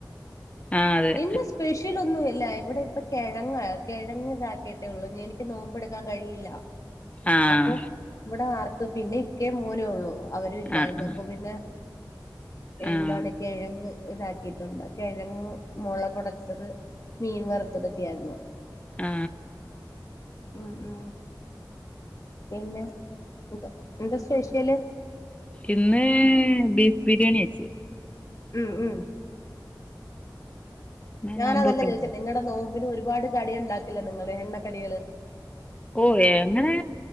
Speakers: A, on the left; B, on the left.
A: ആ അതെ
B: ഇന്ന് സ്പെഷ മുച്ചിലൊന്നും ഇല്ല ഇവിടെ ഇപ്പ കെഴങ്ങ കെഴങ് ഇതാക്കിയിട്ടേ ഉള്ളൂ എനിക്ക് നോമ്പെടുക്കാൻ കഴിയില്ല.
A: ആഹ്
B: അപ്പൊ ഇവിടെ ആർത്ത് പിന്നെ ഇക്കേ മോനേ ഉള്ളൂ. അവരു ഇല്ലായിരുന്നു
A: ആഹ് ആഹ്
B: അപ്പ പിന്നെ എന്താണ്
A: ആഹ്
B: കെഴങ്ങ്. ഇതാക്കിയിട്ടുണ്ട് കെഴങ്ങ് മൊളകൊടച്ചത് മീൻ വറുത്തതൊക്കെ ആയിരുന്നു.
A: ആ
B: ഉം ഉം പിന്നെ എന്ത എന്താ സ്പെഷ്യല്?
A: ഇന്ന് ബീഫ് ബിരിയാണി വെച്ച്.
B: ഉം, ഉം
A: ഇന്ന്
B: ഞാനതല്ല
A: നോമ്പൊക്കെ
B: ചോയിച്ചേ
A: അല്ലേ?
B: നിങ്ങടെ നോമ്പിന് ഒരുപാട് കടിയ ഇണ്ടാക്കില്ലെ നിങ്ങള് എണ്ണക്കടികള്.
A: ഓ എങ്ങനെ